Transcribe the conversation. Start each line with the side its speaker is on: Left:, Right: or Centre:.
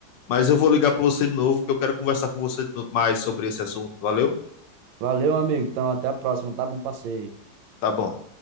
Left: Mas eu vou ligar para você de novo, que eu quero conversar com você mais sobre esse assunto. Valeu?
Right: Valeu, amigo. Então, até a próxima, tá? Bom passeio.
Left: Tá bom.